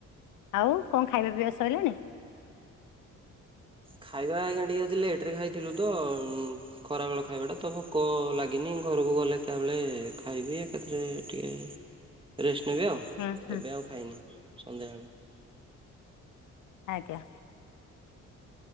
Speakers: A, on the left (about 85°); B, on the right (about 15°).
A: ଆଉ କଣ୍ ଖାଇବା ପିଇବା ସଇଲାଣି?
B: ଖାଇବା ଆଜ୍ଞା ଟିକେ ଆଜି ଲେଟ୍ ରେ ଖାଇଥିଲୁ ତ ଉଁ- ଖରାବେଳ ଖାଇବା ଟା ତ ଭୋକ ଲାଗିନି ଘରକୁ ଗଲେ ଏକା ବଳେ ଖାଇବି ଏକାଥରେ ଟିକେ ରେଷ୍ଟ ନେବେି ଆଉ
A: ହୁଁ ହୁଁ
B: ଏବେ ଆଉ ଖାଇନି ସନ୍ଧ୍ୟାବେଳେ
A: ଆଜ୍ଞା।